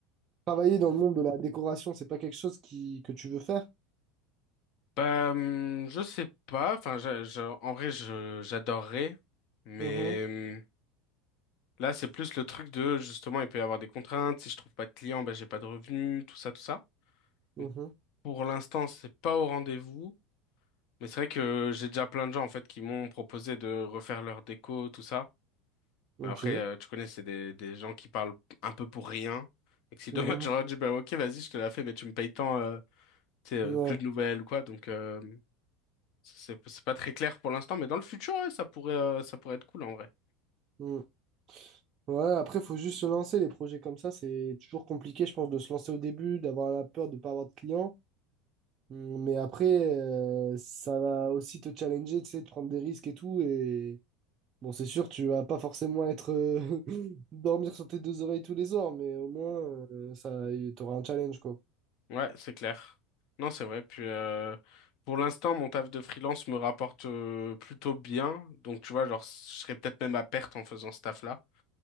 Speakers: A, on the right (about 35°); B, on the left (about 55°).
A: Travailler dans le monde de la décoration, c'est pas quelque chose qui, que tu veux faire?
B: Bah, hum, je sais pas. Enfin, je- je- en vrai, je, j'adorerais. Mais
A: Mhm,
B: hum, là, c'est plus le truc de, justement, il peut y avoir des contraintes. Si je trouve pas de clients, bah, j'ai pas de revenus, tout ça, tout ça.
A: mhm.
B: Donc, pour l'instant, c'est pas au rendez-vous. Mais c'est vrai que j'ai déjà plein de gens, en fait, qui m'ont proposé de refaire leur déco, tout ça.
A: Ok.
B: Mais après, euh, tu connais, c'est des, des gens qui parlent un peu pour rien. Et que si
A: Mhm.
B: demain, <laughs> j'aurais dit, bah, ok, vas-y, je te la fais, mais tu me payes tant. euh, c'est euh,
A: Ouais.
B: plus de nouvelles ou quoi. Donc euh, c'est c'est pas très clair pour l'instant, mais dans le futur, ouais, ça pourrait euh, ça pourrait être cool en vrai.
A: mm. Ouais, après, il faut juste se lancer. Les projets comme ça, c'est toujours compliqué, je pense, de se lancer au début, d'avoir la peur de ne pas avoir de clients. Mm, Mais après, euh, ça va aussi te challenger, tu sais, de prendre des risques et tout. Et, Bon, c'est sûr, tu vas pas forcément être euh, <laughs> dormir sur tes deux oreilles tous les soirs, mais au moins euh, ça, y- t'auras un challenge quoi.
B: Ouais, c'est clair. Non, c'est vrai. Puis euh, pour l'instant, mon taf de freelance me rapporte euh, plutôt bien. Donc tu vois, genre je serais peut-être même à perte en faisant ce taf-là.